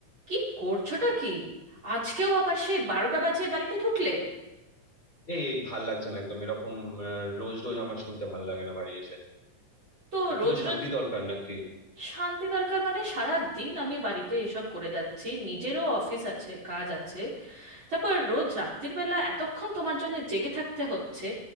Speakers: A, on the right (about 40°); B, on the left (about 20°).
A: কি করছোটা কি আজকেও আবার সেই বারোটা বাজিয়ে বাড়িতে ঢুকলে
B: এই এই ভাল লাগছে না একদম এরকম আহ, রোজ রোজ আমার শুনতে ভাল লাগে না বাড়ি এসে
A: তো
B: একটু
A: রোজ
B: তো শান্তি
A: রোজ
B: দরকার নাকি
A: শান্তি দরকার মানে সারা দিন আমি বাড়িতে এসব করে যাচ্ছি নিজেরও অফিস আছে কাজ আছে তারপর রোজ রাত্রির বেলা এতক্ষণ তোমার জন্য জেগে থাকতে হচ্ছে